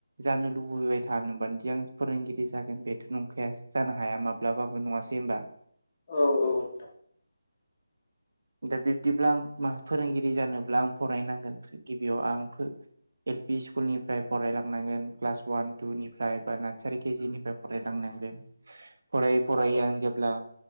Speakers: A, on the right; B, on the left.
A: जानो लुबैबाय थानोबानोदि आं फोरोंगिरि जागोन बेथ' नंखाया जानो हा हाया माब्लाबाबो नङासै होनबा?
B: औ औ नोंथां।
A: दा बिब्दिब्ला आं मा फोरोंगिरि जानोब्ला आं फरायनांगोन फ्रि गिबियाव आं फो‌ एलपि स्कुल निफ्राय फरायलांनांगोन क्लास अवान टु निफ्राय बा नार्सारि केजि निफ्राय फरायलांनांगोन फरायै फरायै
B: औ
A: आं जेब्ला